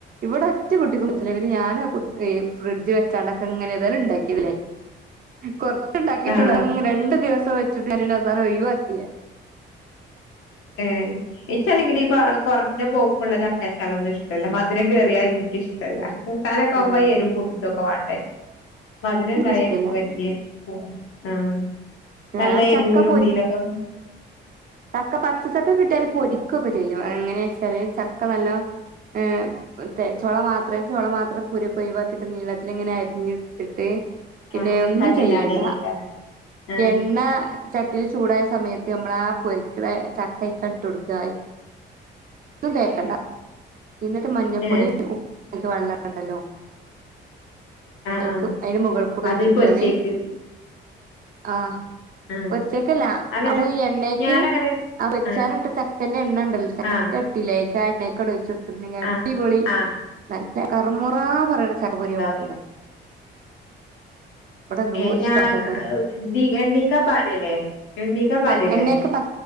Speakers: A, on the right; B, on the left.
A: ഇവിടെ ഒറ്റ കുട്ടിക്കും റ്റില്ല, പിന്നെ ഞാൻ ഫ്രിഡ്ജ് വെച്ചാണ്ടക്ക ങ്ങനെ, തയാലും ണ്ടാക്കിയതല്ലേ. കൊറത്തുണ്ടാക്കിയിട്ടുള്ളൂ,
B: ആഹ്
A: രണ്ടു ദിവസം വെ സാന ഒഴിവാക്കിഞാൻ.
B: ഏഹ്, ഇച്ച അല്ലെങ്കിലിൽ ഇപ്പ കുറഞ്ഞ പോക്കുള്ള ചക്കച്ചാലം ഒന്നും ഇഷ്ടല്ല മധുരം കയറിയാൽ എനിക്കിഷ്ടല്ല. കൂട്ടാനൊക്കെആവുമ്പോ
A: ആഹ്
B: അത് എരും പു വാണ്ടേ മധുരം
A: എനിക്കും
B: ഇണ്ടായ
A: ഇഷ്ടല്ല
B: ഇൻക്ക് വല്യ ആ
A: ഞാൻ
B: നല്ല എരൂലും
A: ചക്ക പൊരി
B: <unintelligible>
A: ചക്ക പച്ചച്ചക്ക കിട്ടിയാല് പൊരിക്കക്കെ ചെയ്യും, അങ്ങനെ ച്ചാല് ചക്ക നല്ലോ ഏ ചൊള മാത്രം ചൊള മാത്രം കുരു കൊഴിവാക്കിട്ട് നീളത്തി ങ്ങനെ അരിഞ്ഞിട്ത്തിട്ട് പിന്നെ
B: ആഹ്
A: ഒന്നും
B: കട്ടില്ലാതെ
A: ചെയ്യണ്ട,
B: അരിയേക്കാരം ആഹ്
A: എണ്ണ ചട്ടിൽ ചൂടായ സമയത്ത് നമ്മള ആ, പൊരിക്കട ചക്കക ഇട്ട് കൊടുക്ക ന്നും തേക്കണ്ട എന്നിട്ട് മഞ്ഞൾപ്പൊടിയ
B: ഏഹ്
A: ഉപ്പിന്റെ വെള്ളണ്ടല്ലോ,
B: ആഹ്
A: അയ്ക്ക്
B: ആഹ്
A: അയ്‌ന്റെ മുകൾക്കൂടെ
B: അത്
A: ഒഴിച്ചോട്ത്താല്
B: പൊരിച്ചേക്ക്
A: ആഹ്
B: ആഹ്
A: പോര്ച്ചേക്കല്ല
B: അതല്ല
A: അപ്പ ഈ എണ്ണയ്ക്ക്
B: ഞാനങ്ങനെ
A: ആ വച്ചാനിട്ട്
B: ആഹ്
A: ചക്കന്റെ എണ്ണ ഇണ്ട
B: ആഹ്
A: ചട്ടിലേക്ക <unintelligible> അടിപൊളി
B: ആഹ് ആഹ്
A: ന കറമുറ പറയണ <unintelligible>
B: ഇതാവൂലേ
A: ഇവിടെന്തൂര
B: ഏഹ് ഞാൻ
A: ഇഷ്ടമക്കക്കറി,
B: ദി എണ്ണീക്കാ പാരല്ലേ എണ്ണീക്കാ പാരല്ലേ
A: ആ എണ്ണക്ക് പ